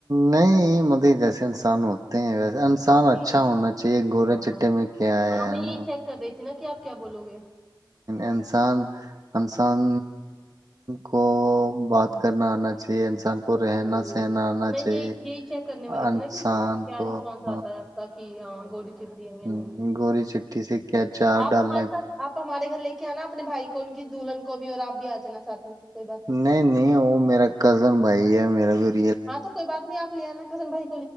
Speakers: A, on the right; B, in the centre.
A: نہیں مت جیسے انسان ہوتے ہیں ویسے انسان
B: نہیں
A: اچھا ہونا چاہیے گورے
B: ہاں
A: چٹے میں کیا آیا
B: ہاں
A: ہے
B: میں یہی
A: نا
B: چیک کر رہی تھی نا کہ آپ کیا بولو گے
A: انسان انسان کو بات کرنا آنا چاہیے انسان
B: ہوں،
A: کو رہنا سہنا آنا
B: میں
A: چاہیے
B: یہ یہی چیک کرنے والی
A: انسان
B: تھی نا کہ کیا
A: کو
B: رسپانس
A: ہاں
B: آتا ہے آپ کا ہاں گوڈی چٹی نہیں
A: ہوں،
B: ج
A: گوری چٹھی سے کیا
B: جی
A: چار
B: آپ
A: ڈالنا
B: ہمارے ساتھ
A: کیا؟
B: آپ ہمارے گھر لے کے کیا نا اپنے بھائی کو ان کی دلہن کو بھی اور آپ بھی آ جانا سھ میں کوئی بات
A: نہیں نہیں وہ میرا کزن بھائی ہے <unintelligible>
B: ہاں تو کوئی بات نہیں آپ لے آناا <inaudible>